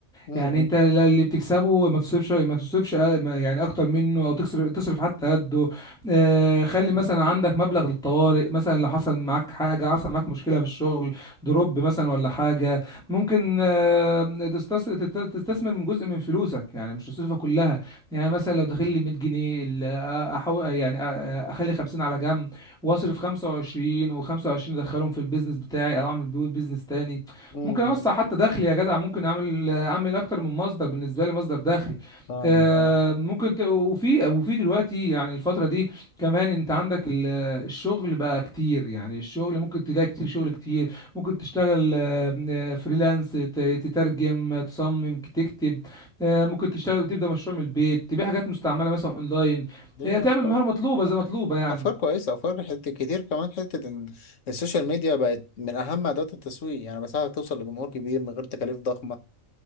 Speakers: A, on the left (about 65°); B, in the centre.
A: اه
B: يعني انت لا- اللي بتكسبه ما تصرفش ما تصرفش أ- ما- يعني اكتر منه او تكسر تصرف حتى قده آه، خلي مثلا عندك مبلغ للطوارئ مثلا لو حصل معاك حاجه حصل معاك مشكله في الشغل دروب مثلا ولا حاجه ممكن آه، تستس- تت- تستثمر من جزء من فلوسك يعني مش تصرفها كلها يعني مثلا لو داخل لي 100 جنيه ال- آه، أحو... يعني آه، آه، اخلي 50 على جنب واصرف 25 و25 ادخلهم في البيزنس بتاعي او اعمل بيه بيزنس تاني
A: امم
B: ممكن اوسع حتى دخلي يا جدع ممكن اعمل اعمل اكتر من مصدر بالنسبه لي مصدر دخل
A: فاهمك
B: آه،
A: اه
B: ممكن ت... وفي وفي دلوقتي يعني الفتره دي كمان انت عندك ال- الشغل بقى كتير يعني الشغل ممكن تلاقي كتير شغل كتير ممكن تشتغل آه، آه، فريلانس ت- تترجم آه، تصمم تكتب آه، ممكن تشتغل وتبدا مشروع من البيت تبيع حاجات مستعمله مثلا اونلاين
A: دي
B: آه، تعمل
A: افكار
B: مهاره مطلوبه زي مطلوبه يعني
A: افكار كويسه افكار حته كتير كمان حته ان السوشيال ميديا بقت من اهم ادوات التسويق يعني بساعدك توصل لجمهور كبير من غير تكاليف ضخمه